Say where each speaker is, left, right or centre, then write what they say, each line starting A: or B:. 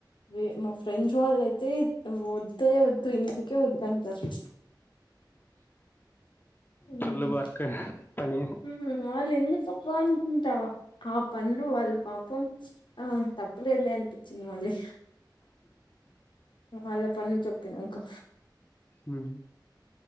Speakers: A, on the left; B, on the left.
A: వే మా ఫ్రెండ్స్ వాళ్ళు అయితే వద్దె వద్దు ఇంటికే వద్దు అంటారు మ్
B: ఫుల్ వర్క్ పని
A: మ్ వాళ్ళు ఎందుకబ్బ అనుకుంటా ఆ పన్లు వాళ్ళు పాపం ఆ తప్పులేదులే అనిపించింది మళ్ళీ వాళ్ళ <unintelligible> చెప్పినాకా
B: ఉమ్